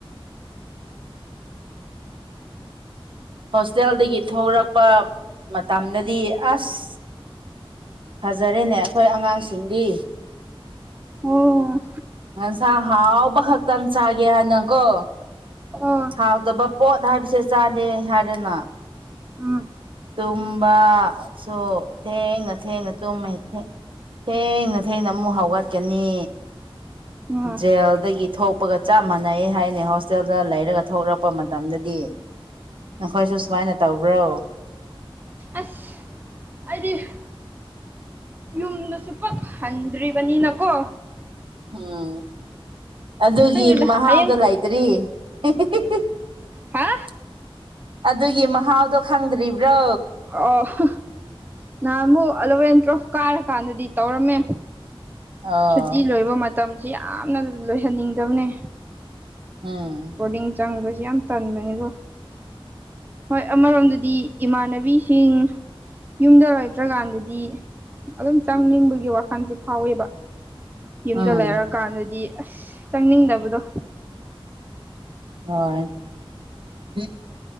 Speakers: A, on the right (about 60°); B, on the right (about 20°).
A: ꯍꯣꯁꯇꯦꯜꯗꯒꯤ ꯊꯣꯛꯂꯛꯄ ꯃꯇꯝꯗꯗꯤ ꯑꯁ ꯐꯖꯔꯦꯅꯦ ꯑꯩꯈꯣꯏ ꯑꯉꯥꯡꯁꯤꯡꯗꯤ
B: ꯑꯣ
A: ꯍ‌ꯦꯟꯁꯥꯡ ꯍꯥꯎꯕ ꯈꯛꯇꯪ ꯆꯥꯒꯦ ꯍꯥꯏꯅ ꯀꯣ
B: ꯑꯣ
A: ꯍꯥꯎꯇꯕ ꯄꯣꯠ ꯍꯥꯏꯕꯁꯦ ꯆꯥꯗꯦ ꯍꯥꯏꯗꯅ
B: ꯎꯝ
A: ꯇꯨꯝꯕꯁꯨ ꯊꯦꯡꯅ ꯊꯦꯡꯅ ꯊꯨꯝꯃꯦ ꯊ‌ꯦꯡ ꯊꯦꯡꯅ ꯊꯦꯡꯅ ꯑꯃꯨꯛ ꯍꯧꯒꯠꯀꯅꯤ
B: ꯎꯝ
A: ꯖꯦꯜꯗꯒꯤ ꯊꯣꯛꯄꯒ ꯆꯞ ꯃꯥꯟꯅꯩꯌ‌ꯦ ꯍꯥꯏꯅꯦ ꯍꯣꯁꯇꯦꯜꯗ ꯂꯩꯔꯒ ꯊꯣꯛꯂꯛꯄ ꯃꯇꯝꯗꯗꯤ ꯅꯈꯣꯏꯁꯨ ꯁꯨꯃꯥꯏꯅ ꯇꯧꯕ꯭ꯔꯣ
B: ꯑꯁ ꯑꯗꯨꯅꯤ ꯌꯨꯝꯗꯁꯨ ꯄꯛꯍꯟꯗ꯭ꯔꯤꯕꯅꯤꯅꯀꯣ
A: ꯎꯝ ꯑꯗꯨꯒꯤ
B: ꯈꯪꯗꯦꯗ
A: ꯃꯍꯥꯎꯗ
B: ꯍꯌꯦꯡ
A: ꯂꯩꯥꯏ ꯀꯔꯤ <unintelligible>
B: ꯍꯥ
A: ꯑꯗꯨꯒꯤ ꯃꯍꯥꯎꯗꯣ ꯈꯪꯗ꯭ꯔꯤꯕ꯭ꯔꯣ
B: ꯑꯣ ꯍ ꯅꯍꯥꯟꯃꯨꯛ ꯑꯂꯕꯦꯟ ꯇ꯭ꯔ‌ꯣꯐ ꯀꯥꯔꯀꯥꯟꯗꯗꯤ ꯇꯧꯔꯝꯃꯦ
A: ꯑꯣ
B: ꯁꯨꯇꯤ ꯂꯣꯏꯕ ꯃꯇꯝꯁꯤ ꯌꯥꯝꯅ ꯂꯣꯏꯍꯟꯅꯤꯡꯗꯕꯅꯦ
A: ꯎꯝ
B: ꯕꯣꯔꯗꯤꯡ ꯆꯪꯕꯁꯨ ꯌꯥꯝ ꯇꯟꯕꯅꯤꯀꯣ ꯍꯣꯏ ꯑꯃꯔꯣꯝꯗꯗꯤ ꯏꯃꯥꯟꯅꯕꯤꯁꯤꯡ ꯌꯨꯝꯗ ꯂꯩꯇ꯭ꯔꯀꯥꯟꯗꯗꯤ ꯑꯗꯨꯝ ꯆꯪꯅꯤꯡꯕꯒꯤ ꯋꯥꯈꯜꯁꯤꯦ ꯐꯥꯎꯋꯦꯕ ꯌꯨꯝꯗ
A: ꯎꯝ
B: ꯂꯩꯔꯛꯀꯥꯟꯗꯗꯤ ꯑꯁ ꯆꯪꯅꯤꯡꯗꯕꯗꯣ
A: ꯍꯣꯏ